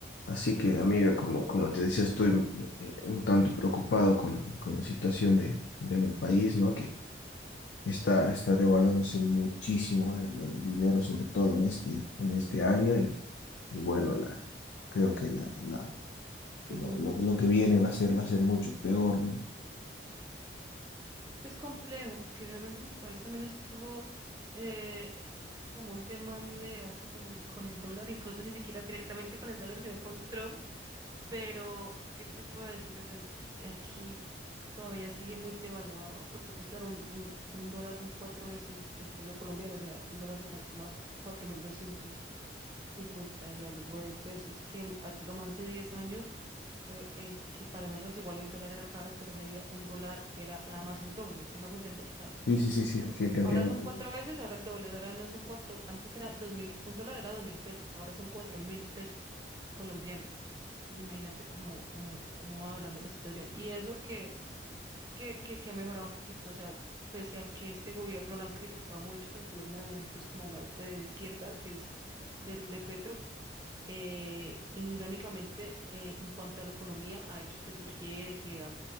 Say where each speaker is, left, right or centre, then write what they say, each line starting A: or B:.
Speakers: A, on the left; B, on the right.
A: Así que, amiga, como, como te decía, estoy eh, un tanto preocupado con, con la situación de, de mi país, ¿no? Que está, está devaluándose muchísimo el, el dinero, sobre todo en este, en este año, y, y bueno, la, creo que la, la, lo,
B: Ujú.
A: lo, lo que viene va a ser, va a ser mucho peor, ¿no?
B: Es complejo porque realmente mi país también estuvo eh, eh, como un tema ahí de debate con, con el dólar, incluso ni siquiera directamente con el dólar, sino con Trump. Pero, ¿qué te puedo decir? O sea, aquí todavía sigue muy devaluado porque, pues claro, un, un, un dólar son cuatro veces el peso colombiano, o sea, un dólar está como a cuatro mil doscientos cincuenta y algo de pesos, que mm, ah, digamos hace 10 años, eh, el, que para nosotros igual el dólar era caro, pero ese día un dólar era nada más el doble, ¿sí me hago entender? O sea,
A: Sí, sí, sí, sí, sí, te
B: ahora
A: entiendo.
B: son
A: te
B: cuatro
A: entiendo.
B: veces, ahora el doble, ahora no son cuatro, antes era dos mil, un dólar era dos mil pesos, ahora son cuatro mil pesos colombianos. Entonces, imagínate cómo, cómo, cómo va hablando la situación. Y eso que, que, que, que ha mejorado un poquito, o sea, pese a que este gobierno lo han criticado mucho, pues el gobierno de nosotros como más de izquierda, que es del de Petro, eh, irónicamente, eh, en cuanto a la economía, ha hecho que surgiera y que, ah,